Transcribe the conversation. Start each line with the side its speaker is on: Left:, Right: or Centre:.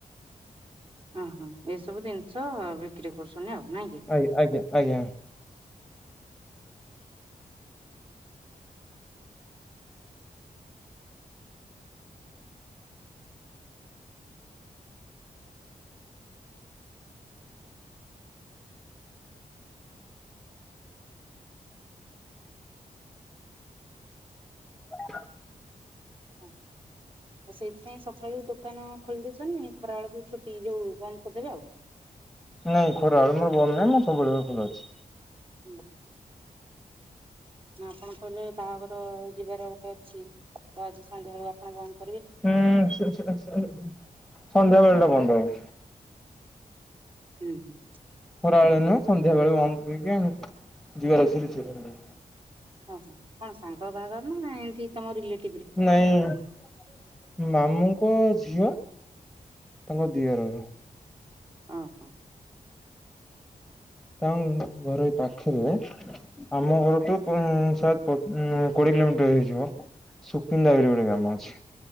Right: ଓହୋ ଏଇସବୁ ଜିନିଷ ବିକ୍ରି କରୁଛନ୍ତି ଆଉ। ନାଇଁ କି?
Centre: ଆଜ୍ଞା -ଆଜ୍ଞା - ଆଜ୍ଞା। ହ
Right: ଓ ହୁଁ। ଆଉ ସେଇଥିପାଇଁ ସକାଳୁ ଦୋକାନ ଖୋଲିଦେଇଛନ୍ତି। ଖରା ବେଳକୁ ଛୁଟି ଯୋଉ ବନ୍ଦ କରିଦେବେ ଆଉ।
Centre: ନାଇଁ ଖରାବେଳେ ମୋର ବନ୍ଦ ନାହିଁ ମୋର ସବୁବେଳେ ଖୋଲା ଅଛି।
Right: ହୁଁ ହୁଁ। ନା ଆପଣ କହିଲେ ବାହାଘର ଯିବାର ଗୋଟେ ଅଛି ତ ଆଜି ସନ୍ଧ୍ୟା ବେଳୁ ଆପଣ କ
Centre: ହୁଁ ସ -ସ -ସ ସନ୍ଧ୍ୟାବେଳଟା ବନ୍ଦ ହବ।
Right: ହୁଁ ହୁଁ।
Centre: ଖରାବେଳେ ନୁହେଁ ସନ୍ଧ୍ୟାବେଳେ ବନ୍ଦ କରିକି ଯିବାର ଅଛି ରିସେପସନ୍ କୁ।
Right: ଓହୋ କଣ ସାଙ୍ଗ ବାହାଘର ନା ଏମତି ତମ ରିଲେ
Centre: ନାଇଁ ମାମୁଁଙ୍କ ଝିଅ ତାଙ୍କ ଦିଅରର।
Right: ହଁ ହଁ।
Centre: ତାଙ୍କ ଘର ଏଇ ପାଖରେ ଆମ ଘରଠୁ ପୁଣି ଶହେ ଉଁ କୋଡିଏ କିଲୋମିଟର ହେଇଯିବ ସୁକିନ୍ଦା ବୋଲି ଗୋଟେ ଗ୍ରାମ ଅଛି,